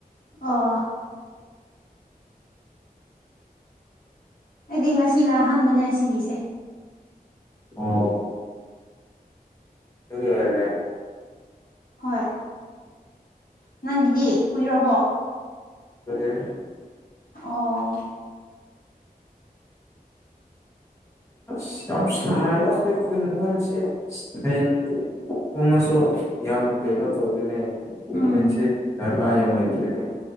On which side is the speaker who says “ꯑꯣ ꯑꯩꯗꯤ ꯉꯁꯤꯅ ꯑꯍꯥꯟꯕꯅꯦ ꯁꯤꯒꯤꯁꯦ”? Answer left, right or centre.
Left